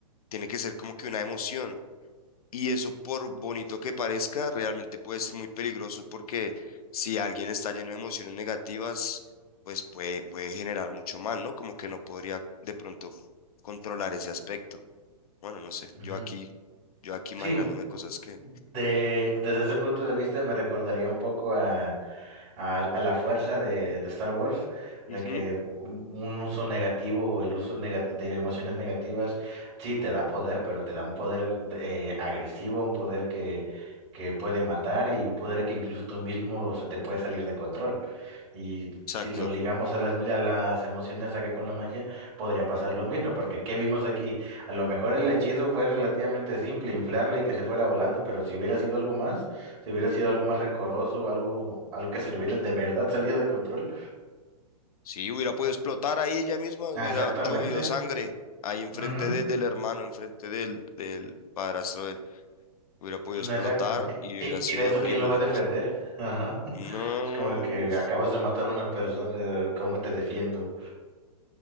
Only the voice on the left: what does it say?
Tiene que ser como que una emoción. Y eso, por bonito que parezca, realmente puede ser muy peligroso porque si alguien está lleno de emociones negativas, pues puede, puede generar mucho mal, ¿no? Como que no podría de pronto controlar ese aspecto. Bueno, no sé,
yo aquí, yo aquí imaginándome
cosas que...
Ujú.
Exacto.
Sí, hubiera podido explotar ahí ella misma, hubiera
llovido sangre ahí enfrente
de- del hermano, enfrente del, del padrastro de él. Hubiera podido
explotar
y hubiera
sido
horrible.
No.